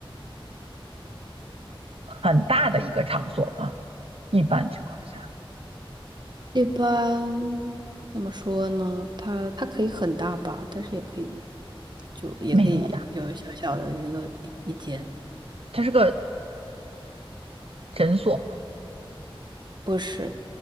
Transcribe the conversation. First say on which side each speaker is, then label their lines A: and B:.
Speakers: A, on the right; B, on the right.
A: 很大的一个场所嘛，一般情况下
B: 一般怎么说呢？它它可以很大吧，但是也可以，就也可以有小小的一个一一间。
A: 没那么大，它是个诊所。
B: 不是，